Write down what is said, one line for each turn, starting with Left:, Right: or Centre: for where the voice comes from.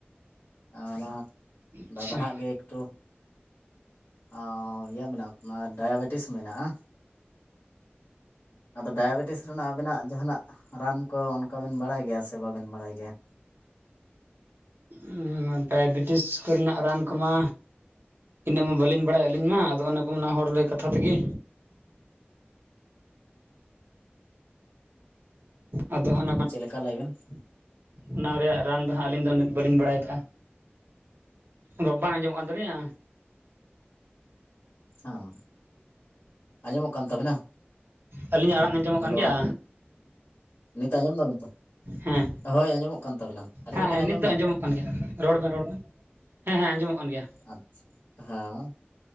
Left: ᱟ ᱚᱱᱟ ᱫᱟᱫᱟ
Right: ᱟᱪᱪᱷᱟ
Left: ᱦᱟᱜ ᱜᱮ ᱛᱚ ᱚ ᱤᱭᱟᱹ ᱢᱮᱱᱟᱜ-ᱟ ᱰᱟᱭᱟᱵᱮᱴᱤᱥ ᱢᱮᱱᱟᱜ-ᱟ᱾ ᱟᱫᱚ ᱰᱟᱭᱟᱵᱮᱴᱤᱥ ᱨᱮᱱᱟᱜ ᱟᱵᱮᱱᱟᱜ ᱡᱟᱦᱟᱸᱱᱟᱜ ᱨᱟᱱ ᱠᱚ ᱚᱱᱠᱟ ᱵᱮᱱ ᱵᱟᱲᱟᱭ ᱜᱮᱭᱟ ᱥᱮ ᱵᱟᱵᱮᱱ ᱵᱟᱲᱟᱭ ᱜᱮᱭᱟ?
Right: ᱩᱢ ᱰᱟᱭᱵᱮᱴᱤᱥ ᱠᱚᱨᱮᱱᱟᱜ ᱨᱟᱱ ᱠᱚᱢᱟ᱾ ᱤᱱᱟᱹᱜ ᱢᱟ ᱵᱟᱹᱞᱤᱧ ᱵᱟᱲᱟᱭᱟ ᱟᱹᱞᱤᱧ ᱢᱟ ᱟᱫᱚ ᱚᱱᱮᱠᱚᱢᱟ ᱦᱚᱲ ᱞᱟᱹᱭ ᱠᱟᱛᱷᱟ ᱛᱮᱜᱮ ᱟᱫᱚ ᱦᱟᱱᱟ ᱦᱟᱜ
Left: ᱪᱮᱫ ᱞᱮᱠᱟ ᱞᱟᱹᱭᱵᱮᱱ ᱾
Right: ᱚᱱᱟ ᱨᱮᱭᱟᱜ ᱨᱟᱱ ᱫᱚ ᱦᱟᱸᱜ ᱟᱹᱞᱤᱧ ᱫᱚ ᱵᱟᱹᱞᱤᱧ ᱵᱟᱲᱟᱭ ᱠᱟᱜ-ᱟ᱾ ᱵᱟ ᱵᱟ ᱟᱸᱡᱚᱢᱚᱜ ᱠᱟᱱ ᱛᱟᱹᱟᱞᱧᱟ
Left: ᱦᱸ ᱟᱸᱡᱚᱢᱚᱜ ᱠᱟᱱ ᱛᱟᱵᱤᱱᱟ
Right: ᱟᱹᱞᱤᱧᱟᱜ ᱟᱲᱟᱝ ᱟᱸᱡᱚᱢᱚᱜ
Left: ᱟᱫᱚ
Right: ᱠᱟᱱ ᱜᱮᱭᱟ
Left: ᱱᱤᱛ ᱟᱸᱡᱚᱢ ᱫᱟᱵᱤᱱ ᱛᱚ
Right: ᱦᱮᱸ
Left: ᱦᱳᱭ ᱟᱸᱡᱚᱢᱚᱜ ᱠᱟᱱ ᱛᱟᱵᱮᱱᱟ ᱟᱹᱞᱤᱧᱟᱜ
Right: ᱦᱮᱸ
Left: ᱵᱮᱱ
Right: ᱦᱮᱸ
Left: ᱟᱸᱡᱚᱢᱫᱟ
Right: ᱱᱤᱛ ᱫᱚ ᱟᱸᱡᱚᱢᱚᱜ ᱠᱟᱱ ᱜᱮᱭᱟ ᱨᱚᱲ ᱵᱮᱱ ᱨᱚᱲ ᱵᱮᱱ ᱦᱮᱸ ᱦᱮᱸ ᱟᱸᱡᱚᱢᱚᱜ ᱠᱟᱱ ᱜᱮᱭᱟ
Left: ᱟᱪᱷᱟ ᱦᱮᱸ